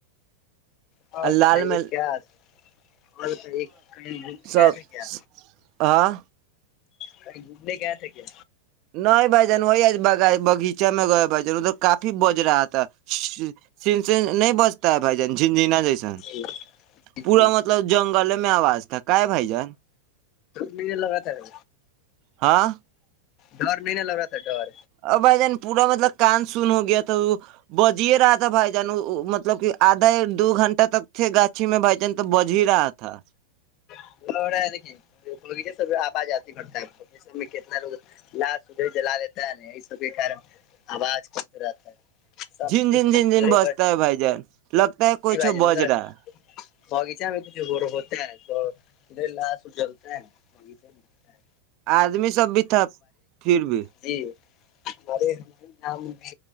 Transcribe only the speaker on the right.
اور لال
میں
سب
ہاں
نہیں بھ جن وہ آج بائی بگیچ چ میں گیا بائیار ادھر کاپ بج رہا تھا چن سن نہیں بچتا ہے بائی جان جھنجھنا جیس
پورا
مطلب جنگل ہے آواز تھا کا بائی جان
ہاں
اور بھائی جان پورا مطلب کان سن ہو گیا تھا وہ بج ہی رہا تھا بھائی جان مطلب کہ آدھا دو گھنٹہ تک تھے گاچھی میں بھائی جان تو بج ہی رہا تھا
جن جن
جن جن بجتا ہے بھائی جان لگتا ہے کوئی
چھ
بج
رہا ہے
آدمی سب بھی تھا پھر بھی